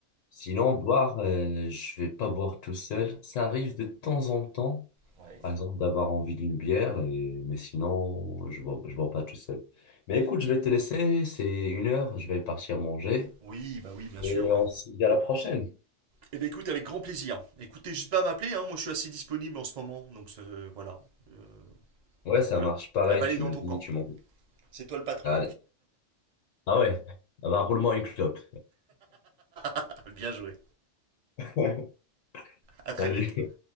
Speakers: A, on the left; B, on the right.
A: sinon, boire, euh, je vais pas boire tout seul. Ça arrive de temps en temps,
B: ouais.
A: par exemple, d'avoir envie d'une bière, et... mais sinon, je bois, je bois pas tout seul. Mais écoute, je vais te laisser, c'est une heure, je vais partir manger,
B: Oui, bah oui, bien sûr.
A: et
B: Ouais.
A: on se dit à la prochaine.
B: Eh ben écoute, avec grand plaisir. Écoutez, juste pas à m'appeler. Hein, moi, je suis assez disponible en ce moment, donc euh, voilà, Euh,
A: Ouais, ça
B: voilà.
A: marche. Pareil,
B: La balle
A: tu
B: est dans
A: me
B: ton
A: dis,
B: camp.
A: tu m'en...
B: C'est toi le patron.
A: Allez. Ah ouais, ah bah, roule-moi une clope.
B: <laughs> Bien joué.
A: <laughs>
B: À très
A: Salut.
B: vite.